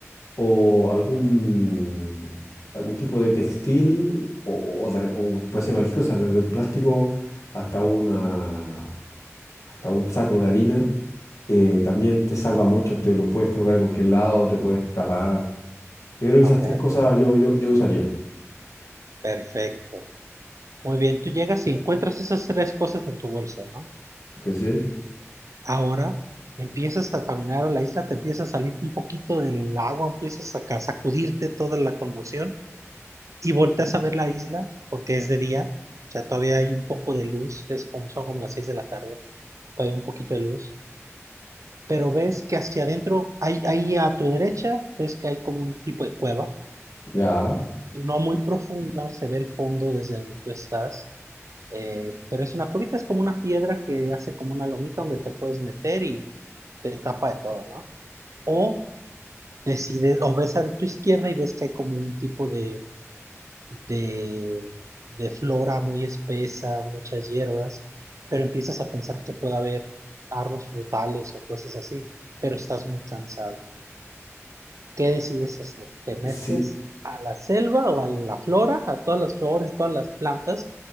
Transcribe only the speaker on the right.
ujú.
Ok.
Perfecto. Muy bien, tú llegas y encuentras esas tres cosas en tu bolsa, ¿no?
Ahora empiezas a caminar a la isla, te empieza a salir un poquito del agua, empiezas a ca- sacudirte toda la conmoción y volteas a ver la isla porque es de día, o sea, todavía hay un poco de luz, es como son como las seis de la tarde, todavía hay un poquito de luz. pero ves que hacia adentro, ahí, ahí a tu derecha, ves que hay como un tipo de cueva,
no muy profunda, se ve el fondo desde donde tú estás, eh, pero es una cuevita, es como una piedra que hace como una lomita donde te puedes meter y te tapa de todo, ¿no? O decides, o ves a tu izquierda y ves que hay como un tipo de, de, de flora muy espesa, muchas hierbas, pero empiezas a pensar que puede haber árboles frutales o cosas así, pero estás muy cansado. ¿qué decides hacer? ¿Te metes
a la selva o a la flora, a todas las flores, todas las plantas,